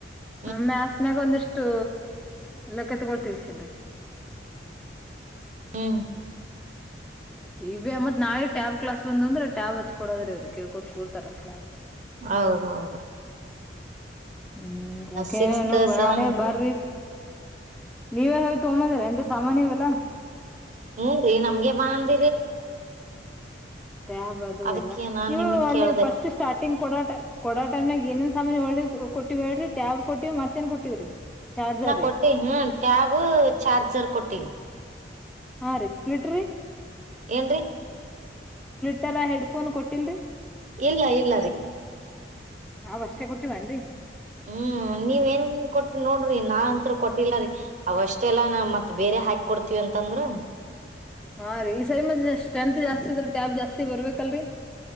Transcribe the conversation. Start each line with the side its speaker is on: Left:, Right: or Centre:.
Right: ಹ
Centre: ಆ ಮ್ಯಾತ್ಸನಾಗ ಒಂದಿಷ್ಟು ಲೆಕ್ಕ ತಗೊಳ್ ತಿಳಿಸಿರಿ
Right: ಹ್ಮ್
Centre: ಈ ಮತ್ ನಾಳೆ ಟ್ಯಾಬ್ ಕ್ಲಾಸ್ ಬಂದ ಅಂದ್ರೆ ಟ್ಯಾಬ್ ಹಚ್ ಕೊಡೋರೆ ಇವರು ಕೆಳ್ಕೋತ ಕೂರ್ತಾರ ಕ್ಲಾಸ್
Right: ಹೌದ್ ಹೌದ್ರೀ
Centre: ಹ್ಮ್ ರಾಕೆನು
Right: ಸಿಕ್ಸ್ತ್
Centre: ಬಡ
Right: ಸೆವೆಂತ್
Centre: ಬಾರ <unintelligible> ನೀವೇ ಹೇಳಿ ತಗೊಬಂದರಿ ಅನ್ ಸಾಮಾನ ಇವೆಲ್ಲಾ
Right: ಹೂನ್ ರಿ ನಮ್ಗೆ ಬಾ ಅಂದ
Centre: ಟ್ಯಾಬ್ ಅದು
Right: ಅದಕ್ಕೆ
Centre: ಎಲ್ಲ
Right: ನಾನ್
Centre: ನೀವು
Right: ನಿಮಗ್
Centre: ಅಲ್ಲಿ
Right: ಕೇಳ್ದ
Centre: ಫಸ್ಟ್ ಸ್ಟಾರ್ಟಿಂಗ್ ಕೋಡ ಟೈಮ್ ಕೊಡೋ ಟೈಮ್ ನಾಗ ಏನೇನ್ ಸಾಮಾನ್ ಹೋಳ್ಳಿ ಕೊಟ್ಟಿವ್ ಹೇಳ್ರಿ ಟ್ಯಾಬ್ ಕೊಟ್ಟಿವ್ ಮತ್ತೇಏನ್ ಕೊಟ್ಟಿವ್ರಿ ಚಾರ್ಜರ್
Right: ನಾ
Centre: ರೀ
Right: ಕೊಟ್ಟೀನ ಹ್ಮ ಟ್ಯಾಬ್ ಚಾರ್ಜರ್ ಕೊಟ್ಟಿವಿ
Centre: ಹಾ ರಿ ಸ್ಪ್ಲಿಟ್ರಿ
Right: ಏನ್ರಿ
Centre: ಟರ ಹೆಡ್ ಫೋನ್ ಕೊಟ್ಟಿಲ್ರಿ
Right: ಇಲ್ಲ ಇಲ್ಲ ರೀ
Centre: ನಾವಷ್ಟೇ ಕೊಟ್ಟಿವೀನರಿ
Right: ಹ್ಮ್ ನೀವ ಏನ್ ನ್ ಕೊಟ್ರಿ ನೋಡ್ರಿ ನಾನ್ತ್ ಕೊಟಿಲ್ಲರಿ ಅವಷ್ಟೆಲ್ಲ ನಾವ ಮತ್ ಬೇರೆ ಹಾಕ್ ಕೊಡ್ತಿವಿ ಅಂತಂದ್ರ
Centre: ಹಾ ರೀ ಈ ಸರಿ ಮ ಸ್ಟ್ರೆಂತ್ ಜಾಸ್ತಿ ಇದ್ರ ಟ್ಯಾಬ್ ಜಾಸ್ತಿ ಬರ್ಬೇಕಲ್ರರಿ